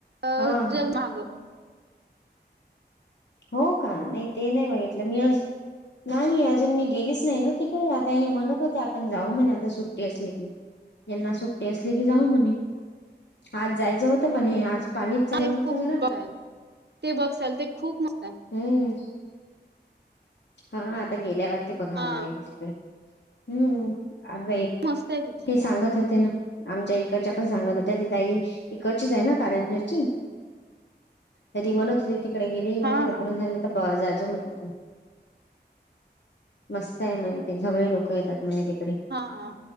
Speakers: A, on the right (about 70°); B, on the left (about 75°).
A: अ
B: हा हा
A: जलमाग
B: हो का नाही ते नाही बघितलं मी अज नाही अजून मी गेलीच नाही ना तिकडे आता हे म्हणत होते आपण जाऊ म्हणे आता सुट्टी असली की यांना सुट्टी असले की जाऊ म्हणे आज जायचं होतं पण हे आज पाणीच चालू
A: <unintelligible>
B: होतं
A: खूप
B: जरा
A: बघ ते बघसेल ते खूप मस्तताय
B: हम्म हा आता गेल्यावरती बघाव
A: हा
B: लागेल तिकडे हम्म अग बाई
A: मस्त आहे तिथे
B: हे सांगत होते ना आमच्या इकडच्या पण सांगत होत्या तिथई इकडचीच आहे ना कारंजची तरी म्हणत होती तिकडे गेली म्हणे
A: हा
B: लग्न
A: हा
B: झालं तर जाजू म्हण तू मस्त आहे म्हज ते सगळे लोक येतात म्हजे तिकडे
A: हा हा